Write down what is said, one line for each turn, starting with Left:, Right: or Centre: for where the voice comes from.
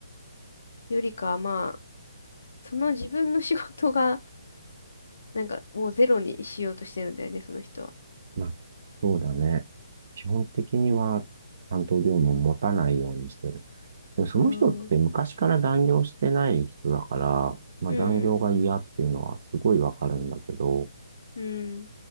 Left: よりかは、まあ、その自分の仕事が、なんかもうゼロにしようとしてるんだよね、その人は。
Right: まあ、そうだね。基本的には担当業務を持たないようにしてる。でもその人って昔から残業してない人だから、
Left: うーん、
Right: まあ残業が嫌っていうのはすごいわかるんだけど、
Left: うん、うん。